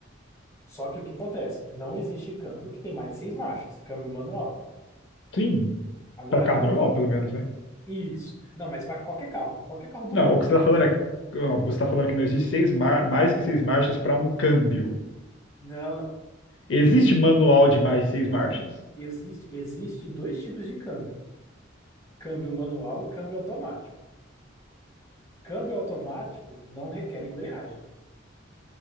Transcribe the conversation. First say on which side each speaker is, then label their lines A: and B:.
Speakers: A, on the left (about 15°); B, on the left (about 65°).
A: Só que o que acontece? Não existe câmbio que tem mais de seis marchas, câmbio manual.
B: Sim,
A: Agora,
B: pra carro
A: cã-
B: normal, pelo menos, né?
A: isso. Não, mas para qualquer carro, qualquer carro do
B: Não,
A: mundo.
B: o que você tá falando é. ó, Você tá falando que não existe seis mar... mais que seis marchas pra um câmbio.
A: Não, não.
B: Existe manual de mais de seis marchas?
A: Existe, existe dois tipos de câmbio: câmbio manual e câmbio automático. Câmbio automático não requer embreagem.